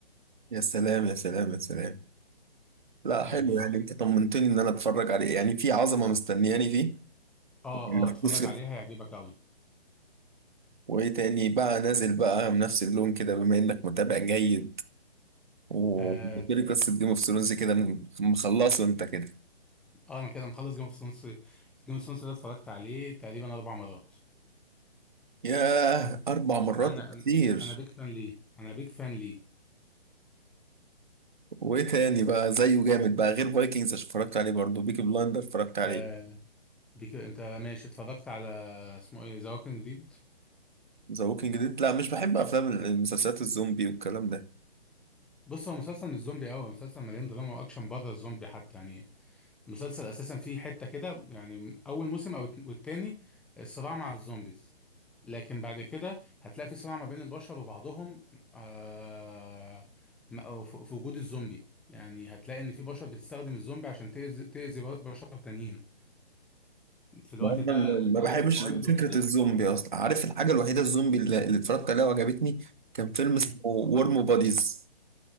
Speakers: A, on the right; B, in the centre.
A: يا سلام يا سلام يا سلام لا حلو
B: يعني
A: يعني
B: اه
A: انت طمنتني ان انا اتفرج عليه يعني في عظمة مستنياني فيه
B: اه
A: ولا
B: اتفرج
A: خسر؟
B: عليها هيعجبك قوي
A: وايه تاني بقى نازل بقى بنفس اللون كده بما انك متابع جيد وبالتالي
B: اه
A: قصة جيم اوف ثرونز كده م- مخلصه انت كده
B: آه، انا كده مخلص جيم اوف ثرونز جيم اوف ثرونز ده اتفرجت عليه تقريبا اربع مرات
A: ياه أربع مرات
B: انا
A: كتير
B: انا انا بيك فان ليه انا بيك فان ليه
A: وإيه تاني بقى زيه جامد بقى غير فايكنجز اتفرجت عليه برضه بيكي بلايندر اتفرجت عليه
B: آه بيك انت ماشي اتفرجت على اسمه ايه ذا ووكينج ديد
A: ذا ووكينج ديد لا مش بحب أفلام المسلسلات الزومبي والكلام ده
B: بص هو مسلسل مش زومبي قوي مسلسل مليان دراما واكشن بره الزومبي حتى يعني مسلسل اساسا فيه حته كده يعني اول موسم او الت- والتاني الصراع مع الزومبيز لكن بعد كده هتلاقي في صراع ما بين البشر وبعضهم آه م- أو ف- في وجود الزومبي يعني هتلاقي ان في بشر بتستخدم الزومبي عشان تأذي تأذي ب- بشر تانيين في الوقت
A: ما هو
B: ده
A: أنا ما
B: قلة
A: بحبش
B: الموارد
A: فكرة
B: وكده
A: الزومبي أصلا عارف الحاجة الوحيدة الزومبي اللي اللي اتفرجت عليها وعجبتني كان فيلم
B: امم
A: اسمه ورم بوديز